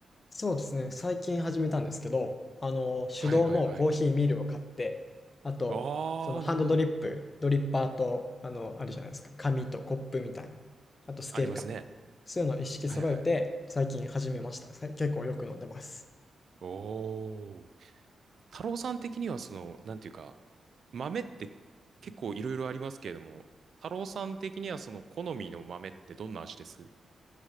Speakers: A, on the left; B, on the right.
A: そうですね。最近始めたんですけど、あの、手動のコーヒーミルを買って、
B: はいはいはい。
A: あと、
B: ああ、
A: そのハンドドリップ、
B: なるほど。
A: ドリッパーと、あの、あるじゃないですか。紙とコップみたいな。あとスケールか。
B: ありますね。
A: そういうのを一式揃えて、
B: はいはいはい。
A: 最近始めました。さ結構よく飲んでます。
B: おー。太郎さん的にはその、なんていうか、豆って結構いろいろありますけれども、太郎さん的にはその好みの豆ってどんな味です